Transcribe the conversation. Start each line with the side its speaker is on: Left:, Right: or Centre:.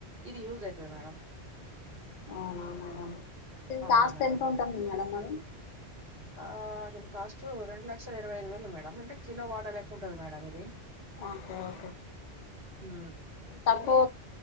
Right: ఇది యూజ్ అయెతది మేడం
Left: అవునా మేడం
Right: అవును
Left: కాస్ట్
Right: మేడం.
Left: ఎంత ఉంటుంది మేడం మరి
Right: ఆ దీని కాస్ట్ రెండు లక్షల ఇరవై ఐదు వేలు మేడం అంటే కిలో వాడ లేకు ఉంటది మేడం ఇది
Left: మ
Right: హ్మ్.
Left: తక్కువ
Right: ఇది